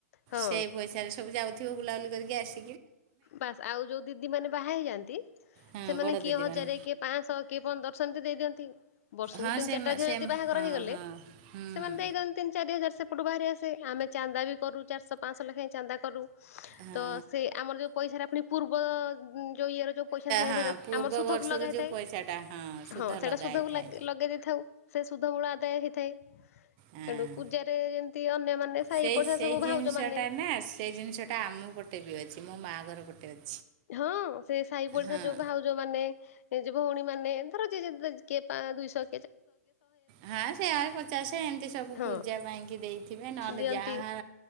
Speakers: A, on the left; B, on the right.
A: ହଁ
B: ସେଇ ପଇସାରେ ସବୁ ଯାଉଥିବ। ବୁଲାବୁଲି କରିକି ଆସ
A: ବାସ୍ ଆଉ ଯୋଉ ଦିଦି ମାନେ ବାହା ହେଇଯାଆନ୍ତି।
B: ହଁ
A: ସେମାନେ
B: ବଡ଼
A: କିଏ
B: ଦିଦିମାନେ
A: ହଜାରେ କିଏ ପାଂଶ କିଏ ପନ୍ଦର ଶହ ଏମିତି ଦେଇ ଦିଅନ୍ତି। ବର୍ଷକୁ
B: ହଁ
A: ତିନି
B: ସେ
A: ଚାରିଟା ଝିଅ
B: ସେ
A: ଯଦି ବାହାଘର
B: ହଁ
A: ହେଇଗଲେ।
B: ହଁ ହୁଁ
A: ସେମାନେ ଦେଇଦିଅନ୍ତି ତିନି ଚାରି ହଜାର ସେପଟୁ ବାହାରି ଆସେ। ଆମେ ଚାନ୍ଦା ବି କରୁ। ଚାରିଶହ ପାଂଶହ ଲେଖାଏଁ ଚାନ୍ଦା କରୁ।
B: ହଁ
A: ତ ସେ ଆମର ଯେଉ ପଇସାରେ ଆଣି ପୂର୍ବ ଯୋଉ ଇଏର ଯୋଉ ପଇସା ଥାଏ
B: ହଁ
A: ସେରା
B: ପୂର୍ବ
A: ଆମର ସୁଧକୁ
B: ବର୍ଷରୁ
A: ଲଗେଇଥାଏ।
B: ଯେଉଁ ପଇସାଟା ସୁଧ
A: ହଁ ସେଇଟା
B: ଲଗା
A: ସୁଧକୁ
B: ହେଇଥାଏ
A: ଲଗେଇ ଦେଇଥାଉ। ସେ ସୁଧମୂଳ ଆଦାୟ ହେଇଥାଏ।
B: ହଁ
A: ସେଠୁ ପୂଜାରେ ଯେମତି ଅନ୍ୟମାନେ ସାହି
B: ସେଇ
A: ପାଡିଶା
B: ସେଇ
A: ସବୁ
B: ଜିନିଷଟା
A: ଭାଉଜ ମାନେ
B: ନା ସେଇ ଜିନିଷଟା ଆମ ପଟେ ବି ଅଛି। ମୋ ମାଆ ଘର ପଟେ ଅଛି।
A: ହଁ ସେ ସାହି ପଡିଶା
B: ହଁ
A: ଯୋଉ ଭାଉଜ ଭାଉଜ ମାନ, ଭଉଣୀ ମାନେ, ଧର ଯିଏ ଯେତେ କିଏ ପାଆଁ ଦୁଇଶ
B: ହାଁ ସହେ ପଚାଶ ଏମତି ସବୁ
A: ହଁ
B: ପୂଜା ପାଇଁକି ଦେଇଥିବେ। ନହେଲେ
A: ଦିଅନ୍ତି।
B: ଯାହା